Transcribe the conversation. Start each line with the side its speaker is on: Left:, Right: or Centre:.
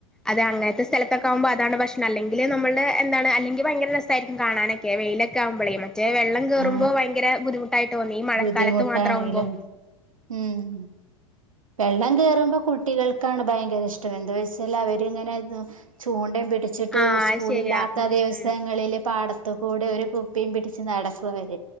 Centre: അതെ അങ്ങത്തെ സ്ഥലത്തൊക്കെ ആഉമ്പോ അതാണ് പശ്ണം അല്ലെങ്കിൽ നമ്മുടെ എന്താണ് അല്ലെങ്കി ഭയങ്കര രസ് സായിരിക്കും കാണാനൊക്കെ വെയിലൊക്കെ ആഉമ്പളെ മറ്റെ വെള്ളം കേറുമ്പോ
Right: ആ
Centre: ഭയര ബുദ്ധിുട്ട് ട്ടോണി ഈ മഴക്കാലത്ത്
Right: ബുദ്ധിമുട്ടാണെങ്കിലും
Centre: മാത്രംവുമ്പോ
Right: ഉം വെള്ളം കേറുമ്പോ കുട്ടികൾക്കാണ് ഭയങ്കര ഇഷ്ടം എന്താ വെച്ചാ അവരിങ്ങനെ ചൂണ്ടയും പിടിച്ചിട്ട്
Centre: ആഹ്
Right: സ്കൂള
Centre: അത് ശരിയാ
Right: ഇില്ലാത്ത
Centre: ഉം
Right: ദിവസങ്ങളില്
Centre: ഉം
Right: പാടത് ത്കൂടെ ഒരു കുപ്പിയും പിടിച്ച് നടക്കുംവർ